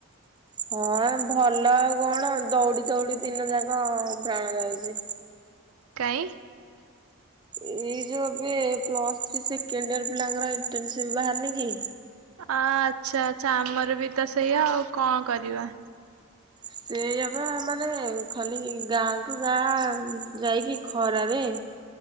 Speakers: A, on the right; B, on the right.
A: ହଁ ଭଲ ଆଉ କଣ ଦୌଡି ଦୌଡି ଦିନ ଯାକ ପ୍ରାଣ ଯାଉଚି।
B: କାଇଁ।
A: ଏଇ ଯୋଉ ଏବେ ପ୍ଲସଥି୍ ସେକେଣ୍ଡ ଇଅର ପିଲାଙ୍କର ଇଣ୍ଟନସିପ ବାହାରନି କି?
B: ଆଚ୍ଛା ଆଚ୍ଛା ଆମର ବି ତ ସେଇଆ ଆଉ କଣ କରିବା।
A: ସେୟା ବା ମାନେ ଖାଲି ଗାଁକୁ ଗାଁ ଯାଇକି ଖରାରେ